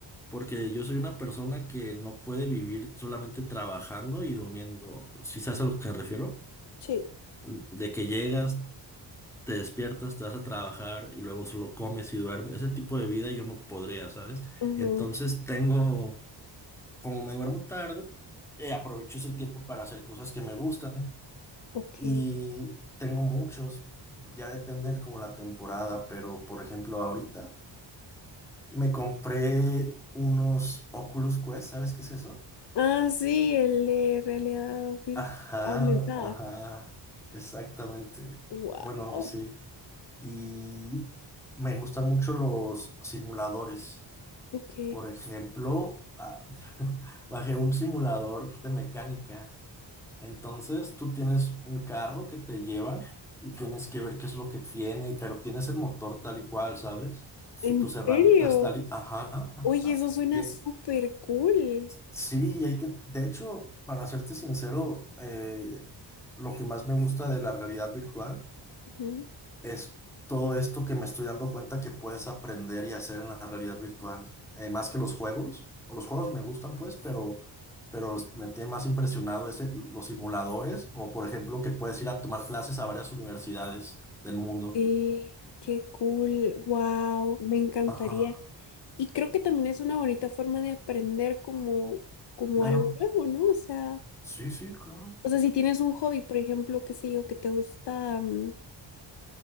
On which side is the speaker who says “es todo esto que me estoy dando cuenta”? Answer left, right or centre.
Centre